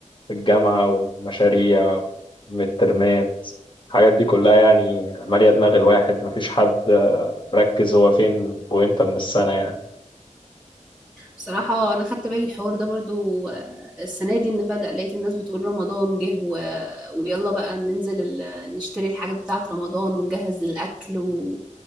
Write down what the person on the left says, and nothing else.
في الجامعة والمشاريع والترمات الحاجات دي كلها يعني مالية دماغ الواحد مفيش حد آه، مركز هو فين وامتى من السنة يعني